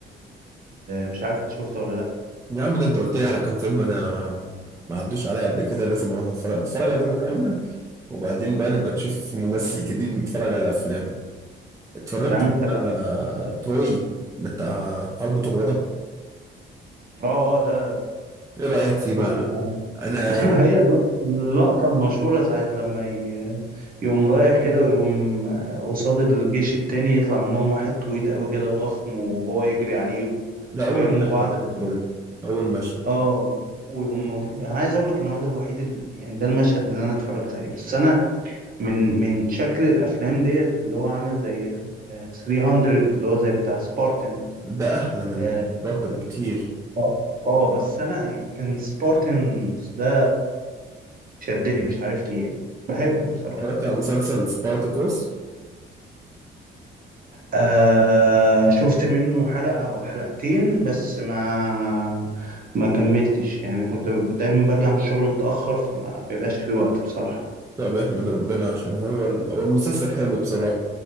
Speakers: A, on the right; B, on the right.
A: مش عارف إنت شفته ولا لأ
B: يا عم ده انت قلت لي على كام فيلم انا ما عدوش عليا قبل كده لازم اروح اتفرج اتفرج عليهم الاول وبعدين بقى نبقى نشوف ممثل جديد نتفرج على افلامه اتفرجت
A: يا عم اتفقنا
B: على تروي بتاع حرب طروادة
A: اه اه ده
B: ايه رأيك فيه
A: شفته
B: بقى انا
A: <laughs>
B: يعني
A: هي الل- اللقطة المشهورة ساعة لما ي- يقوم رايح كده ويقوم قصاد الجيش التاني يطلع منهم واحد طويل قوي كده وضخم وهو يجري عليه و-
B: ده
A: ويرموا
B: اول مشهد
A: بعض
B: في
A: بال...
B: الفيلم اول مشهد
A: اه ويقوم موت- انا عايز اقول لك ان هو ده الوحيد ال... يعني ده المشهد اللي انا اتفرجت عليه بس انا من من شكل الافلام ديت اللي هو عامل زي آه، 300 اللي هو زي بتاع سبارتن
B: ده احلى من
A: اه
B: برضه بكتير
A: آه، آه، بس انا يعني كان سبارتن ده شدني مش عارف ليه يعني بحبه بصراحة
B: اتفرجت
A: يعني.
B: على مسلسل سبارتاكوس
A: آه شفت منه حلقة أو حلقتين بس ما ما كملتش يعني كنت دايما برجع من الشغل متأخر فما بيبقاش في وقت بصراحة
B: طب احمد ربنا عشان هو ال... هو المسلسل حلو بصراحة